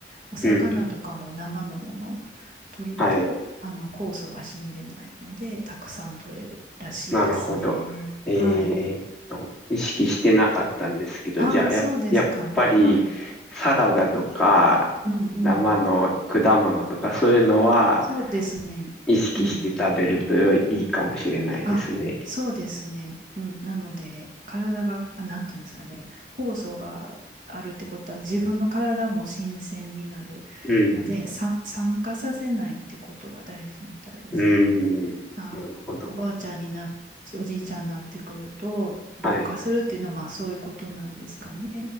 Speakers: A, on the right; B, in the centre.
A: お魚とかも生のもの
B: うん。
A: 取ると、
B: はい。
A: あの、酵素が死んでないので、たくさん取れるらしいですね。
B: なるほど。えーと、
A: はい。
B: 意識してなかったんですけど、
A: ああ、
B: じゃあ、や、
A: そうですか。
B: やっぱり、
A: はい。
B: サラダとか、
A: うんうん。
B: 生の果物とか、そういうのは、
A: そうですね。
B: 意識して食べるといいかもしれないですね。
A: うん。あ、そうですね。うん。なので、体が、あなんていうんですかね、酵素があるってことは、自分の体も新鮮になるので、
B: うん。
A: さ、酸化させないってことが大事みたいですね。
B: うん。
A: あ、
B: なるほど。
A: おばあちゃんになっ、おじいちゃんになってくると、老化するっていうのは、
B: はい。
A: まあそういうことなんですかね。